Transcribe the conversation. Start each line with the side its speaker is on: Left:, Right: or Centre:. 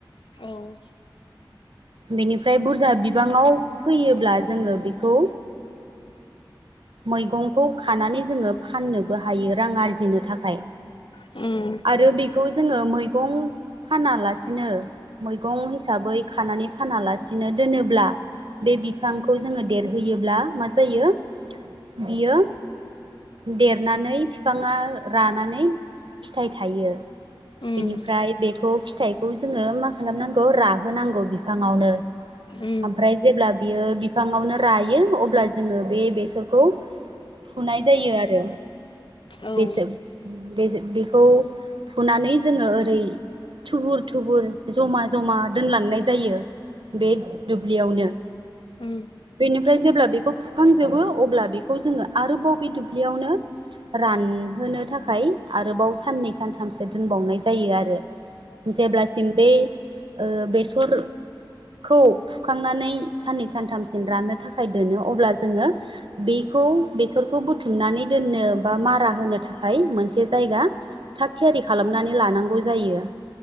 Left: औ।
Right: बेनिफ्राय बुरजा बिबाङाव फैयोब्ला जोङो बेखौ मैगंखौ खानानै जोङो फाननोबो हायो रां आरजिनो थाखाय।
Left: औ
Right: आरो बेखौ जोङो मैगं फानालासिनो मैगं हिसाबै खानानै फानालासिनो दोनोब्ला बे बिफांखौ जोङो देरहोयोब्ला मा जायो बियो देरनानै फिफाङा रानानै फिथाइ थायो
Left: उम
Right: बिनिफ्राय बेखौ फिथाइखौ जोङो मा खालामनांगौ राहोनांगौ बि बिफाङावनो।
Left: औ
Right: ओमफ्राय जेब्ला बियो बिफाङावनो रायो अब्ला जोङो बे बेसरखौ फुनाय जायो आरो
Left: उम
Right: बेसे बेजे बेखौ फुनानै जोङो ओरै थुबुर थुबुर जमा जमा दोनलांनाय जायो बे दुब्लियावनो
Left: ओ
Right: बेनिफ्राय जेब्ला बेखौ फुखांजोबो अब्ला बेखौ जोङो आरोबाव बे दुब्लियावनो रानहोनो थाखाय आरोबाव साननै सानथामसो दोनबावनाय जायो आरो जेब्लासिम बै ओ बेसर खौ फुखांनानै साननै सानथामसिम राननो थाखाय दोनो अब्ला जोङो बेखौ बेसरखौ बुथुमनानै दोननो बा मारा होनो थाखाय मोनसे जायगा थाग थियारि खालामनानै लानांगौ जायो